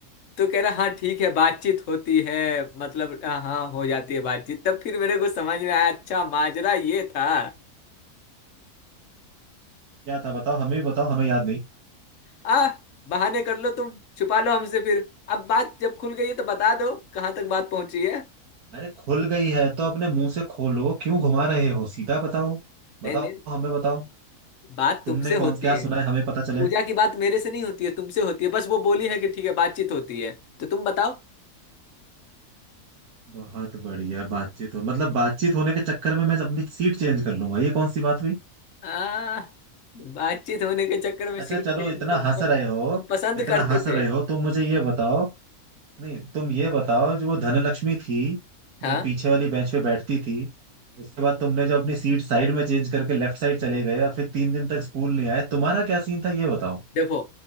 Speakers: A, on the left (about 60°); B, on the right (about 75°).
A: तो कह रहा हाँ ठीक है बातचीत होती है मतलब हाँ हाँ, हो जाती है बातचीत तब फिर मेरे को समझ में आया अच्छा माजरा ये था
B: क्या था बताओ हमें भी बताओ हमें याद नहीं
A: आ बहाने कर लो तुम छुपा लो हमसे फिर अब बात जब खुल गई है तो बता दो कहाँ तक बात पहुंची है
B: अरे खुल गई है तो अपने मुंह से खोलो क्यों घुमा रहे हो सीधा बताओ बताओ
A: नहीं नहीं
B: हमें बताओ
A: बात
B: तुमने
A: तुमसे
B: कौन
A: होती
B: क्या सुना है हमें पता चले
A: पूजा की बात मेरे से नहीं होती है तुमसे होती है बस वो बोली है कि ठीक है बातचीत होती है तो तुम बताओ
B: बहुत बढ़िया बातचीत हो मतलब बातचीत होने के चक्कर में मैं अपनी सीट चेंज कर लूंगा ये कौन सी बात हुई
A: आ, बातचीत होने के चक्कर में सीट
B: अच्छा चलो
A: चेंज
B: इतना
A: तुम
B: हंस
A: पस,
B: रहे हो
A: तुम पसंद
B: इतना
A: करते
B: हंस रहे
A: थे
B: हो तो मुझे ये बताओ नहीं तुम ये बताओ जो वो धनलक्ष्मी थी
A: हाँ
B: जो पीछे वाली बेंच पे बैठती थी उसके बाद तुमने जो अपनी सीट साइड में चेंज करके लेफ्ट साइड चले गए और फिर तीन दिन तक स्कूल नहीं आए तुम्हारा क्या सीन था ये बताओ
A: देखो